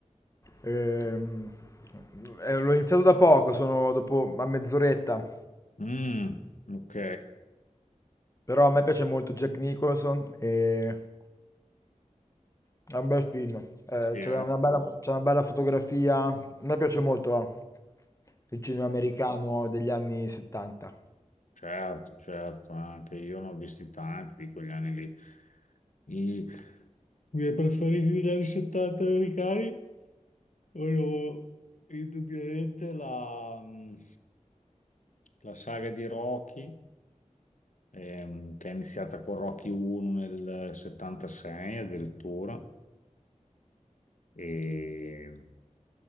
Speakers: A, on the left (about 25°); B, on the left (about 70°).
A: Ehm, eh, l'ho iniziato da poco, sono dopo a mezz'oretta,
B: Mm, ok,
A: però a me piace molto Jack Nicholson e È un bel film. Eh,
B: sì,
A: c'è
B: eh.
A: una bella, Mm. c'è una bella fotografia. A me piace molto eh, il cinema americano degli anni 70.
B: Certo, certo, anche io ne ho visti tanti di quegli anni lì. I miei preferiti degli anni 70 americani. Allora, indubbiamente la, mh, la saga di Rocky, ehm, che è iniziata con Rocky 1 nel 76 addirittura, e,